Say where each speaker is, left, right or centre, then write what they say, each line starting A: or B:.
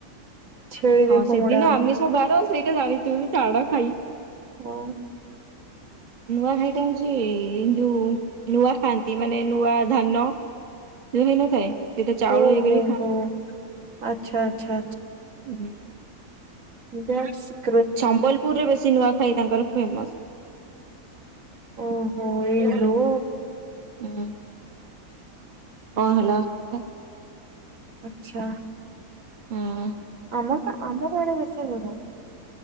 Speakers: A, on the right; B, on the right.
A: ଛେଳି ବେକ
B: ହଁ ସେଦିନ
A: ମୋଡା ହବ
B: ଆମିଷ ବାର ସେଇଟା ଜାଣିଛୁ ଛାଡ ଖାଇ।
A: ଓ।
B: ନୂଆ ଖାଇଟା ହଉଛି ଯୋଉ ନୂଆ ଖାଆନ୍ତି ମାନେ ନୂଆ ଧାନ ଯୋଉ ହେଇ ନଥାଏ ସେ ତ ଚାଉଳ
A: ଓହୋ
B: <inaudible>
A: ହୋ ଆଚ୍ଛା ଆଚ୍ଛା
B: ହୁଁ।
A: ବସ୍।
B: ସମ୍ବଲପୁରରେ ବେଶୀ ନୂଆଖାଇ ତାଙ୍କର ଫେମସ।
A: ଓହୋ ଏଇଲୋ।
B: ହୁଁ। କଣ ହେଲା ଅସୁବିଧା।
A: ଆଛା।
B: ହଁ।
A: ଆମକୁ ଆମର ଆଡେ ବେଶୀ ନୁହ।